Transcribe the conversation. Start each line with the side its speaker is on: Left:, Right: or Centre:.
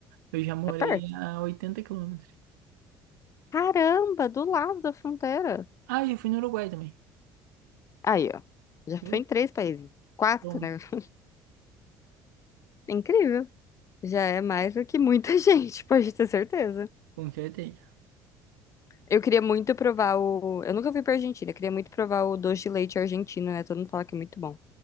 Right: Eu já morei
Left: É perto?
Right: a 80 quilômetros.
Left: Caramba, do lado da fronteira.
Right: Ah, eu fui no Uruguai também.
Left: Aí, ó. Já
Right: Eu
Left: foi em três países. Quatro,
Right: tomo,
Left: né? <laughs> Incrível. Já é mais do que muita <laughs> gente, pode ter certeza.
Right: com certeza.
Left: Eu queria muito provar o. Eu nunca fui pra Argentina, eu queria muito provar o doce de leite argentino, né? Todo mundo fala que é muito bom.